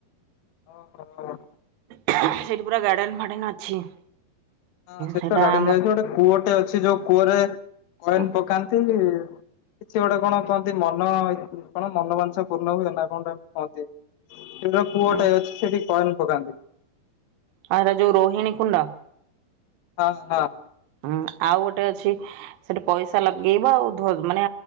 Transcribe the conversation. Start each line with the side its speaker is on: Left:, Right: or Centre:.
Left: ଓହୋ
Right: ସେଠି ପୁରା ଗାର୍ଡେନ ଫାଡେନ୍ ଅଛି।
Left: ହଁ ସେଠ
Right: ସେଇଟା
Left: ତ ଗାର୍ଡେନ
Right: ଆମର
Left: ଗୋଟେ କୂଅଟେ ଅଛି ଯୋଉ କୂଅରେ କଏନ
Right: ହଁ
Left: ପକାନ୍ତି କିଛି ଗୋଟେ କଣ କୁହନ୍ତି ମନ କଣ ମନବାଞ୍ଛା ପୂର୍ଣ୍ଣ ହୁଏ ନା କଣ ଗୋଟେ କୁହନ୍ତି। ସେଠି ପୁଅଟା
Right: ହଁ
Left: ଅଛି ସେଠିକି କଏନ ପକାନ୍ତି।
Right: ଆଉଟା ହେଟା ଯୋଉ ରୋହିଣୀ କୁଣ୍ଡ।
Left: ହଁ ହଁ।
Right: ହୁଁ ଆଉ ଗୋଟେ ଅଛି ସେଠି ପଇସା ଲଗେଇବ ଆଉ ଧୋ ମାନେ